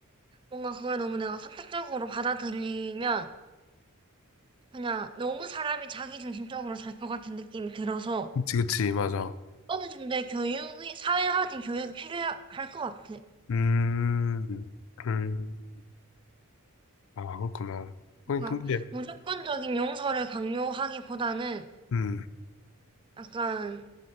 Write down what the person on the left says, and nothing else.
그치, 그치, 맞아.
음, 음, 아, 그렇구나. 아니,
근데,
음,